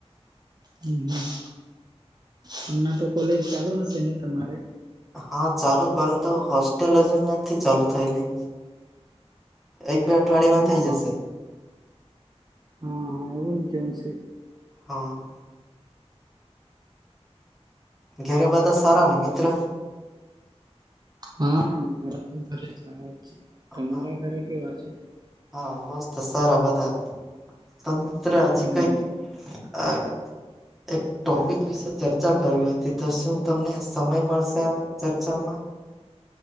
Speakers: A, on the right; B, in the centre.
A: હમ હમ હમણાં તો કોલેજ ચાલુ હશે ને તમારે.
B: હા ચાલુ પરંતુ હોસ્ટેલ હજુ નથી ચાલુ થયેલી. એક બે અઠવાડિયામાં
A: હા
B: થઈ જશે.
A: હા હા એવું જ જેવું છે.
B: હા. ઘેરે બધા સારા ને મિત્ર.
A: હા મારા તો ઘરે સારા જ છે તમારા
B: હા
A: ઘરે કેવા છે.
B: હા મસ્ત સારા બધા તો મિત્ર આજે
A: હમ
B: કઈક. અ એક ટોપિક વિશે ચર્ચા ચર્ચા કરવી હતી તો શું તમને સમય મળશે આ ચર્ચામાં.